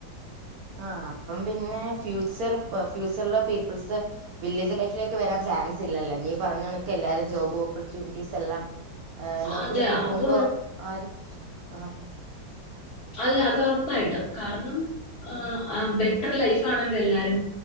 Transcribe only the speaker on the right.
ആ അപ്പം പിന്നെ ഫ്യൂച്ചർ ഫ്യൂച്ചറില പീപ്പിൾസ് വില്ലേജ് ലൈഫിലേക്ക് വരാൻ ചാൻസ് ഇല്ലല്ലേ നീ പറഞ്ഞ കണക്ക് എല്ലാരും ജോബ് ഓപ്പർച്യൂണിറ്റീസ് എല്ലാം നോക്കി
നോക്കി പോകുമ്പോ
ആരും ആ